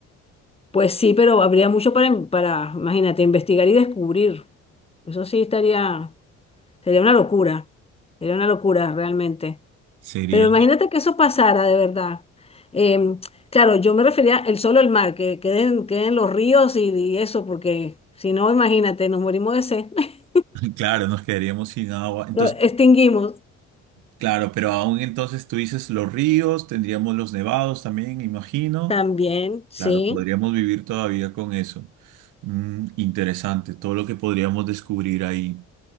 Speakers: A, on the left; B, on the right.
A: Pues sí, pero habría mucho para, in- para, imagínate, investigar y descubrir. Eso sí estaría, sería una locura, sería una locura realmente.
B: Sería,
A: Pero imagínate que eso pasara de verdad. Em, claro, yo me refería el solo el mar, que queden, queden los ríos y, y eso, porque si no, imagínate, nos morimos de sed. <laughs>
B: <laughs> claro, nos quedaríamos sin agua. Entonces,
A: Lo extinguimos
B: Claro, pero aún entonces tú dices los ríos, tendríamos los nevados también, imagino.
A: también, sí,
B: Claro, podríamos vivir todavía con eso. Mm, interesante, todo lo que podríamos descubrir ahí.